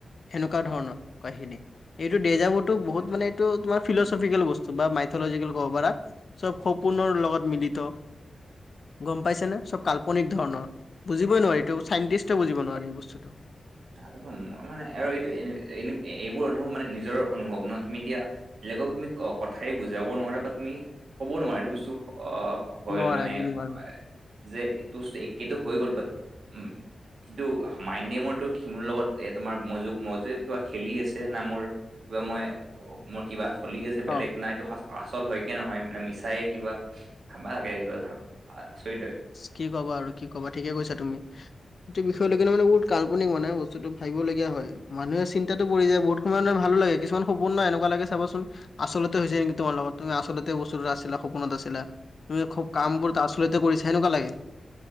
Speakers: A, on the left; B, on the right.
A: সেনেকুৱা ধৰণৰ কাহিনী। এইটো ডেজা বোৰো বহুত মানে এইটো তোমাৰ ফিলচফিকেল বস্তু বা মাইথলজিকেল ক'ব পাৰা। চব সপোনৰ লগত মিলিত গম পাইছে নে। চব কাল্পনিক ধৰণৰ বুজিবই নোৱাৰি এইটো চাইণ্টিষ্টে বুজিব নোৱাৰি এই বস্তুটো
B: নাজানো মই মানে আৰু এইটো এইবোৰ অনুভৱ মানে নিজৰ অনুভৱ ন তুমি এতিয়া বেলেগক তুমি কথাই বুজাব নোৱাৰা বা তুমি ক'ব নোৱাৰা এইটো বস্তু শল
A: নোৱাৰা
B: মানে
A: একদম নোৱাৰা
B: হয়। যে একেই হৈ গ'ল বাদ উম কিন্তু মাইড গেমৰটো সি মোৰ লগত এ তোমাৰ মজ মজু কিবা খেলি আছে না মোৰ কিবা মই মোৰ কিবা চলি আছে বেলেগ
A: অ
B: নাইটো আচল হয়কে নহয়ে মিছায়ে কিবা হা লাগে কিবা আচৰিতৰে
A: কি ক'ব আৰু কি ক'ব ঠিকে কৈছা তুমি সটো বিষয়লৈকে মানে বহুত কাল্পনিক মানে বস্তুটো ভাবিবলগীয়া হয়। মানুহে চিন্তাত পৰি যায় বহুত সময় লাগে কিছুমান সপোন নাই এনেকুৱা লাগে চাবচোন। আচলতে হৈ হৈছেয় নেকি তোমাৰ আচলতে বস্তুটা আছিলা সপোনত আছিলা তুমি খুব কামবোৰ
B: অ
A: আচলতে কৰিছা এনেকুৱা লাগে।